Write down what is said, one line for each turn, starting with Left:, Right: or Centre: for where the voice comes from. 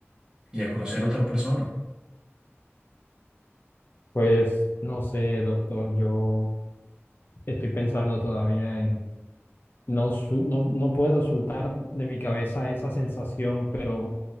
Right: y a conocer a otra persona?
Left: Pues no sé, doctor, yo estoy pensando todavía en, no, su- no, no puedo soltar de mi cabeza esa sensación, pero...